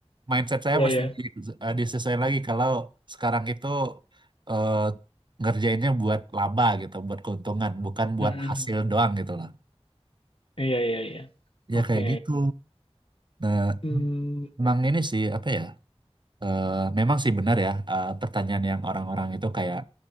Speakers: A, on the right (about 45°); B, on the left (about 60°).
A: mindset saya
B: Iya
A: mesti
B: iya.
A: di, eh, disesuaiin lagi kalau sekarang itu eh, ngerjainnya buat laba gitu, buat keuntungan, bukan buat
B: Mm.
A: hasil doang gitu lah.
B: Iya iya iya.
A: Ya
B: Oke.
A: kayak gitu. Nah,
B: Hmm.
A: emang ini sih apa ya? eh, memang sih benar ya eh, pertanyaan yang orang-orang itu kayak